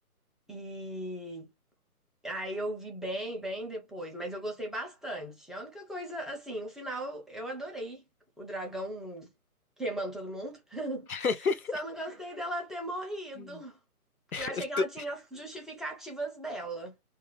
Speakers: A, in the centre; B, on the left.
A: E Aí eu vi bem, bem depois, mas eu gostei bastante. A única coisa, assim, o final eu adorei. O dragão queimando todo mundo. <laughs>
B: <laughs>
A: Só não gostei dela ter morrido,
B: Hum.
A: porque eu achei
B: Eu
A: que ela
B: tô-
A: tinha as justificativas dela.